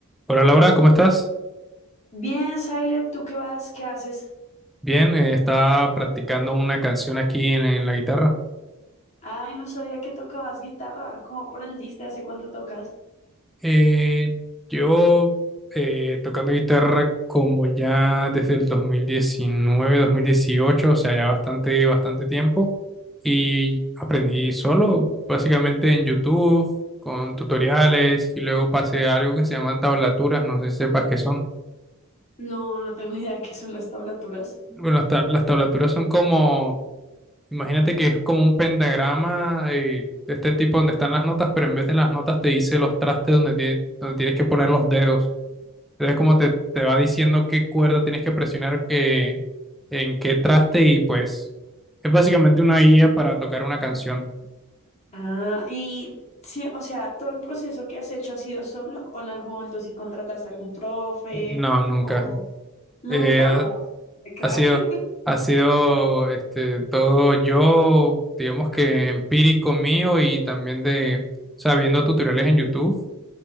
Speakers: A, in the centre; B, on the left.
A: Hola Laura, ¿cómo estás?
B: Bien, Silent, ¿tú qué vas? ¿Qué haces?
A: Bien, eh, estaba practicando una canción aquí en, en la guitarra.
B: Ay, no sabía que tocabas guitarra. ¿Cómo aprendiste? ¿Hace cuánto tocas?
A: Eh, yo eh, tocando guitarra como ya desde el dos dos mil diecinueve dos mil dieciocho, o sea, ya bastante, bastante tiempo. Y aprendí solo, básicamente en YouTube, con tutoriales, y luego pasé a algo que se llaman tablaturas, no sé si sepas qué son.
B: No, no tengo ni idea de qué son las tablaturas.
A: Bueno, las ta- las tablaturas son como Imagínate que es como un pentagrama eh, de este tipo donde están las notas, pero en vez de las notas te dice los trastes donde, tie- donde tienes que poner los dedos. Entonces como te, te va diciendo qué cuerda tienes que presionar qué- en qué traste y pues es básicamente una guía para tocar una canción.
B: Ah, y sí, o sea, ¿todo el proceso que has hecho ha sido solo o en algún momento sí contrataste a algún profe
A: No, nunca.
B: o nunca
A: Eh, ha,
B: o de crack?
A: ha sido,
B: <laughs>
A: ha sido este, todo yo, digamos que empírico mío y también de, sabiendo tutoriales en YouTube